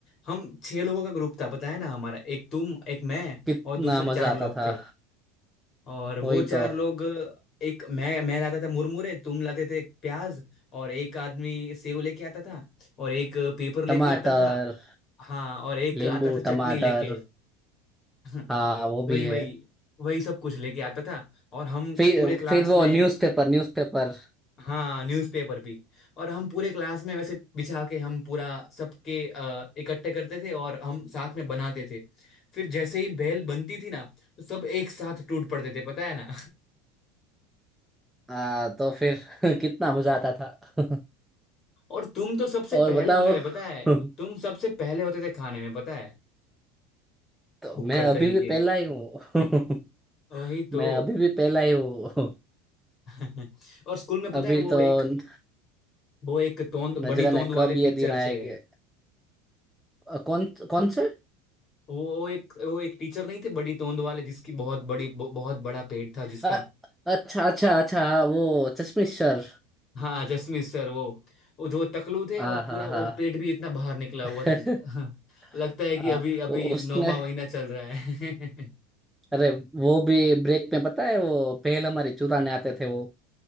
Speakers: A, on the left; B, in the centre.
A: हम छह लोगों का ग्रुप था पता है ना हमारा एक तुम एक मैं
B: कितना
A: और दूसरे
B: मजा
A: चार
B: आता
A: लोग
B: था
A: थे और वो
B: वही
A: चार
B: तो
A: लोग एक मैं मैं लाता था मुरमुरे तुम लाते थे प्याज और एक आदमी सेव लेके आता था और एक पेपर लेके
B: टमाटर
A: आता था हाँ और एक
B: नींबू
A: आता था चटनी
B: टमाटर
A: लेके <laughs>
B: हाँ वो भी
A: वही
B: है
A: वही वही सब कुछ लेके आता था और हम
B: फिर
A: पूरे क्लास
B: फिर वो
A: में
B: न्यूज़पेपर न्यूज़पेपर
A: हाँ न्यूज़पेपर भी और हम पूरे क्लास में वैसे बिछा के हम पूरा सबके अ, इकट्ठे करते थे और हम साथ में बनाते थे फिर जैसे ही बेल बनती थी ना तो सब एक साथ टूट पड़ते थे पता है ना
B: आ, तो फिर <laughs> कितना मजा आता था <laughs>
A: <laughs> और तुम तो सबसे
B: और
A: पहले
B: बताओ
A: होते थे पता है
B: <laughs>
A: तुम सबसे पहले होते थे खाने में पता है
B: तो
A: फुक्कड़
B: मैं
A: कहीं
B: अभी भी
A: के
B: पहला ही हूँ <laughs>
A: वही तो
B: मैं अभी भी पहला ही हूँ <laughs>
A: <laughs> और स्कूल में पता
B: अभी
A: है वो
B: तो
A: एक
B: न
A: वो एक तोंद
B: न
A: बड़ी
B: जाने
A: तोंद
B: कब
A: वाले
B: ये
A: पिक्चर
B: दिन आएंगे
A: से
B: अ, कौन कौन से
A: वो एक वो एक टीचर नहीं थे बड़ी तोंद वाले जिसकी बहुत बड़ी बहु- बहुत बड़ा पेट था जिसका
B: अ, अच्छा अच्छा अच्छा हाँ, वो चश्मिश सर
A: हाँ जसमीत सर वो वो जो टकलू थे
B: हाँ
A: और
B: हाँ
A: पूरा
B: हाँ
A: वो पेट भी इतना बाहर निकला
B: <laughs>
A: हुआ था जिस- हाँ, लगता है
B: आ,
A: कि अभी अभी
B: वो उसने
A: नौवां महीना चल रहा है <laughs>
B: अरे वो भी ब्रेक में पता है वो पहले हमारे चुराने आते थे वो